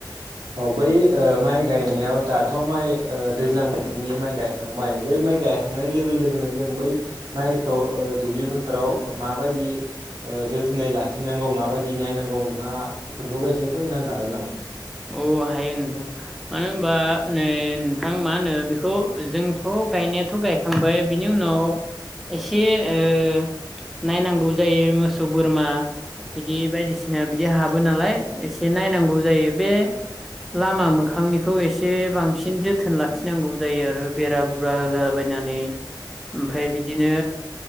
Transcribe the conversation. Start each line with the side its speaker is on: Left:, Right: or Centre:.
Right: अ बै ओ माइ गायनायाव दाथ' माइ ओ दैज्लां बोथोरनि माइ गायखांबाय बै माइ गायखांनाय लोगो लोगोनो जों बै माइखौ ओ दुब्लि फोथोराव माबायदि ओ जोथोनै लाखिनांगौ माबायदि नायनांगौ नोंथांङा बेफोरखौबो एसे फोरमायना होनो हागोन नामा?
Centre: अ हायो नोंथां मानोहोमबा ओइ नोंथां मा होनो बेखौ जोंथ' गायनायाथ' गायखांबाय बिनि उनाव एसे ओ नायनांगौ जायो मोसौ बोरमा बिदि बायदिसिना बिदि हाबो नालाय एसे नायनांगौ जायो बे लामा मोखांनिखौ एसे बां बांसिन जोथोन लाखिनांगौ जायो आरो बेरा बुरा होलाबायनानै ओमफ्राय बिदिनो